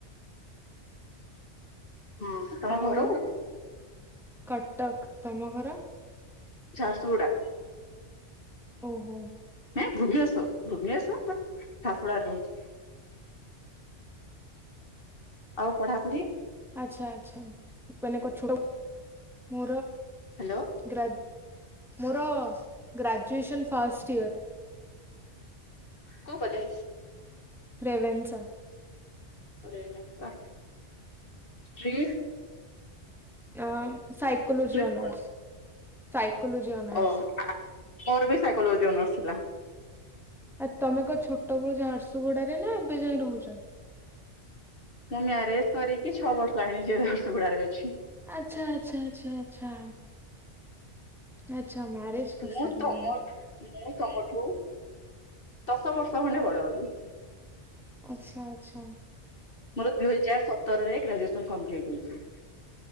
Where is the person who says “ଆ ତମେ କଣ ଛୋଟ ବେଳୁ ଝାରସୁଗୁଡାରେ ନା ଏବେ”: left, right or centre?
Centre